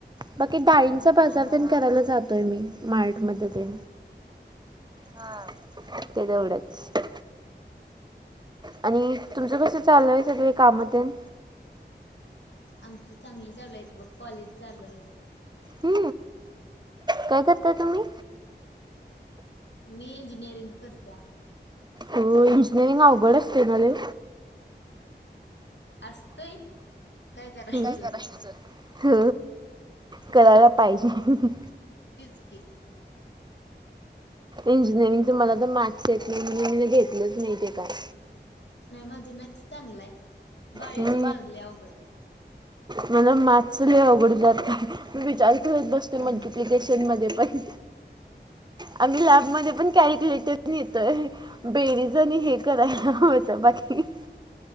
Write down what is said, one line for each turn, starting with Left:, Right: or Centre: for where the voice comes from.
Right: बाकी डाळीं- बाजार
Left: हा हा
Right: पण करायला जातोय मी मार्ट मध्ये ते हा ते तेवढंच आणि तुमचं कसं चालू ये सगळे काम देऊन.
Left: आमची चांगली चालू आहेत बघ कॉलेज चालू आहे.
Right: हू काय करताय तुम्ही
Left: मी इंजिनियरिंग करतीया.
Right: इंजिनिअरिंग अवघड असते ना ले
Left: असतय. काय करायचं
Right: <unintelligible> ह करायला पाहिजे.
Left: तेच की
Right: इंजिनिअरिंगच मला तर मॅथस येत नाही म्हणजे म घेतलंच नाही ते काय?
Left: नाही माझं मॅथस चांगलं आहे बायोच
Right: हम्म.
Left: माझ ले अवघड ये.
Right: मला मॅथस ले अवघड जात मी विचार करत बसते
Left: हम्म
Right: मल्टिफिकेशन मध्ये पण आम्ही लॅबमध्ये पण कॅल्क्युलेटर नेतोय. बेरीज आणि हे करायला येतं बाकी <inaudible>